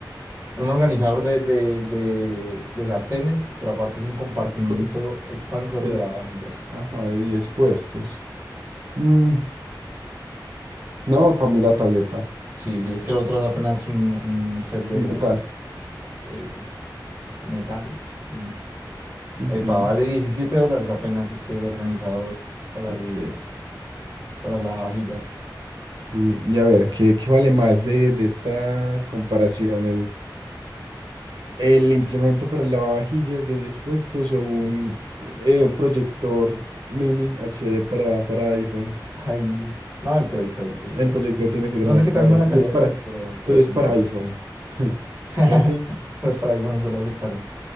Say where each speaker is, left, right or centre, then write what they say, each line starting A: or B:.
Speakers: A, on the right; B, on the right.
A: Un organizador de, de, de, de sartenes, pero aparte es un compartimiento
B: co-
A: expansor
B: de
A: de
B: 10,
A: lavavajillas.
B: Ajá, de 10 puestos. Mm, no, para mí la tableta.
A: Sí, sí, es que el otro es apenas un, un set de,
B: como
A: de,
B: tal.
A: eh, metal. Mucho.
B: Ujú,
A: Epa, vale 17 dólares apenas este organizador para,
B: Ok,
A: el, para lavavajillas.
B: sí. Y a ver, ¿qué, qué vale más de, de esta comparación? el implemento para el lavavajillas de 10 puestos o un eh, proyector mini HD para, para iPhone.
A: Ahí. No, el proyector, el proyector.
B: El proyector tiene que ser
A: No
B: más
A: sé qué
B: caro
A: tan buena
B: y
A: calidad
B: es para,
A: será, pero, pero
B: es
A: tiene
B: para
A: que-
B: iPhone. <laughs>
A: <laughs> Pero
B: O sea que,
A: es para iPhone, eso lo hace caro.